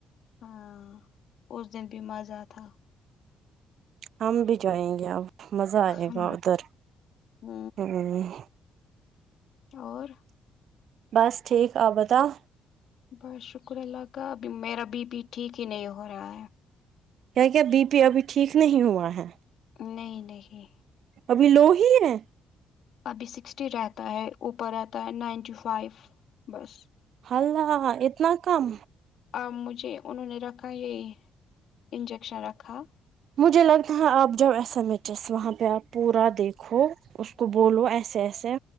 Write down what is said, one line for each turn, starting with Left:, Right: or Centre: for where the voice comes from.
Left: ہاں اس دن بھی مزہ تھا
Right: ہم بھی جائیں گے اب مزہ آئے
Left: ہ
Right: گا ادھر
Left: ہ
Right: ھمم
Left: اور
Right: بس ٹھیک آپ بتاؤ
Left: بس شکر اللہ کا ابھی میرا بی پی ٹھیک ہی نہیں ہو رہا ہے
Right: کیا کیا بی پی ابھی ٹھیک نہیں ہوا ہے
Left: نہیں نہیں
Right: ابھی لو ہی ہے
Left: ابھی سکسٹی رہتا ہے اوپر رہتا ہے نائنٹی فائیو بس
Right: اللہ اتنا کم
Left: آ مجھے انہوں نے رکھا یہی انجیکشن رکھا
Right: مجھے لگتھا آپ جاؤ ایس ایم ایچ ایس وہاں پہ آپ پورا دیکھو اس کو بولو ایسے ایسے